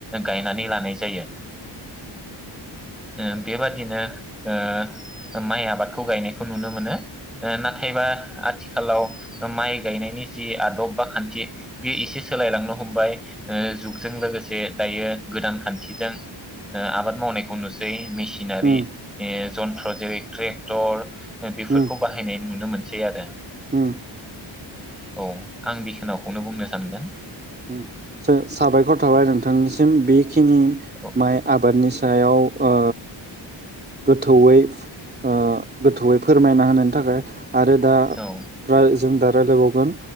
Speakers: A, in the centre; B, on the right.
A: गायनानै लानाय जायो ओ बेबादिनो ओ माइ आबादखौ गायनायखौ नुनो मोनो नाथायबा आथिखालाव माइ गायनायनि जि आदब बा खान्थि बेयो एसे सोलायलांनो हमबाय ओ जुगजों लोगोसे दायो गोदान खान्थिजों ओ आबाद मावनायखौ नुसै मेसिनारि
B: उम
A: ओ जन्थ्र जेरै ट्रेक्टर बेफोरखौ
B: उम
A: बाहायनाय नुनो मोन बे आरो
B: उम
A: औ आं बिखनाखौनो बुंनो सानगोन
B: उम सा साबायखर थाबाय नोंथांनिसिम बे बेखिनि
A: औ
B: माइ आबादनि सायाव ओ गोथौयै ओ गोथौयै फोरमायना होनायनि थाखाय आरो दा
A: औ
B: <inaudible> जों दा रायलायबावगोन